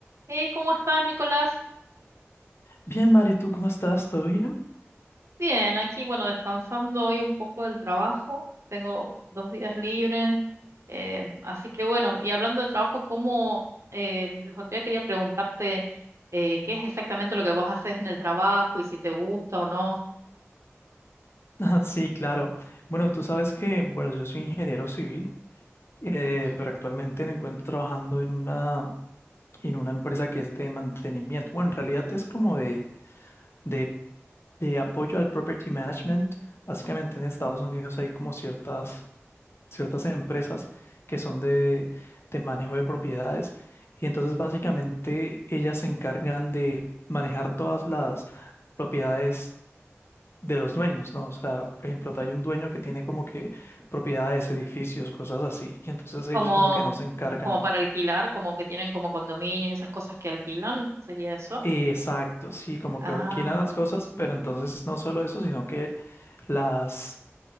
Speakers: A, on the right (about 75°); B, on the left (about 60°).
A: Hey, ¿cómo estás, Nicolás?
B: Bien, Mari, ¿tú cómo estás? ¿Todo bien?
A: Bien, aquí, bueno, descansando hoy un poco del trabajo. Tengo dos días libres. eh, así que bueno, y hablando de trabajo, ¿cómo, eh, lo que quería preguntarte, eh, qué es exactamente lo que vos haces en el trabajo y si te gusta o no?
B: <laughs> Ah, Sí, claro. Bueno, tú sabes que, bueno, yo soy ingeniero civil, eh,
A: Ujú.
B: pero actualmente me encuentro trabajando en una, en una empresa que es de mantenimiento. Bueno, en realidad es como de, de, de apoyo al property management. Básicamente en Estados Unidos hay como ciertas, ciertas empresas que son de, de manejo de propiedades y entonces básicamente ellas se encargan de manejar todas las propiedades de los dueños, ¿no? O sea, por ejemplo, hay un dueño que tiene como que propiedades, edificios, cosas así, y entonces ellos
A: Como,
B: como que no se encargan.
A: como para alquilar, como que tienen como condominios, esas cosas que alquilan, ¿sería eso?
B: Exacto, sí, como
A: Ah,
B: que alquilan las
A: bien.
B: cosas, pero entonces no solo eso, sino que las...